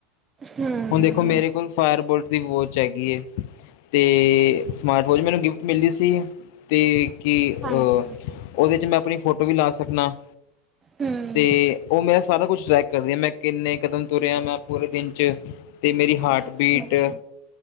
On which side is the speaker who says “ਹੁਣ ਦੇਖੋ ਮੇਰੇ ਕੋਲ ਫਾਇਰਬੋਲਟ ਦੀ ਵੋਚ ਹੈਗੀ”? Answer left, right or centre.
Left